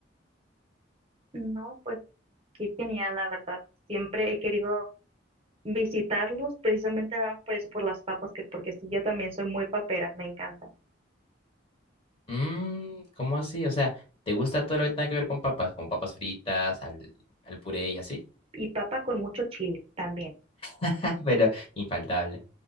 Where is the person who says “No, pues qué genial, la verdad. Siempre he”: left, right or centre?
Right